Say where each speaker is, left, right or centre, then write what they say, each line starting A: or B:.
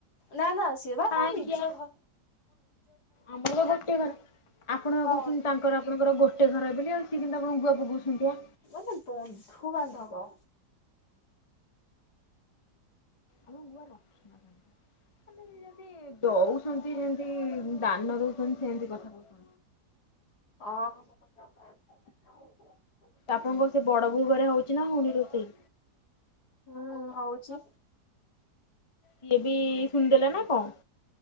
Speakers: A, on the left; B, on the left.
A: ନା ନା ସେ ବା
B: ପାଇଁକିଆ
A: ତମ ନିଜ ଘ
B: ଆମର ଗୋଟେ ଘର ଆପଣ ବା
A: ହଁ
B: କହୁଚନ୍ତି ତାଙ୍କର ପଣଙ୍କର ଗୋଟେ ଘର ବୋଲି ଆଉ ସିଏ କେମତି କଁ ଗୁଆ ପକାଉଛନ୍ତି ଆ?
A: ମାନେ ବନ୍ଧୁବାନ୍ଧବ।
B: ଆମେ ଗୁଆ ରଖିନଥାନ୍ତୁ ମାନେ ଯଦି ଦଉ ଦଉଛନ୍ତି ଯେମତି ଦାନ ଦଉଛନ୍ତି ସେମତି କଥା କଥା
A: ଓ <unintelligible>
B: ଆପଣଙ୍କ ସେ ବଡ ବୋଉ ଘରେ ହଉଛି ନା ହଉନି ରୋଷେଇ?
A: ହୁଁ ହଉଛି।
B: ସିଏ ବି ଶୁଣିଦେଲେ ନା କଣ?